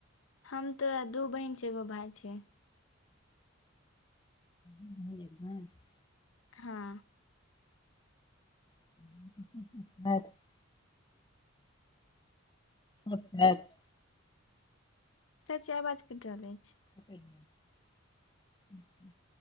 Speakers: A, on the left (about 75°); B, on the left (about 20°).
A: हम तऽ दू बहिन छि एगो भाय छै
B: ह <unintelligible> <unintelligible>
A: हँ
B: <unintelligible> <unintelligible> अचछ <unintelligible> <unintelligible>
A: चची आवाज क टल अछि <unintelligible>
B: <inaudible>